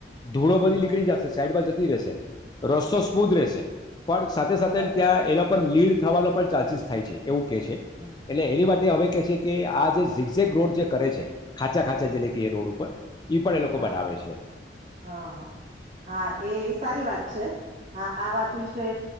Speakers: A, on the left (about 25°); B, on the right (about 40°).
A: ધૂળો બધી
B: હમ
A: નીકળી જશે સાઈડ જ સુરશે <unintelligible> રસ્તો સ્મૂથ
B: હમ
A: રહેશે પણ સાથે સાથે
B: બરાબર
A: ત્યાં એ લોકો લીડ થવાનો પણ ચાન્સીસ થાય છે પણ એવું કે છે એટલે
B: હમ હમ
A: એની માટે હવે કે છે, કે આ જે ઝીકઝેક રોડ જે કરે છે ખાચા ખાંચા
B: હમ
A: જિલ્લે કે એ રોડ ઉપર ઈ પણ એ લોકો
B: હા
A: બનાવે છે
B: હા, હ, હા, એ સારી વાત છે, હા આ વાત વિશે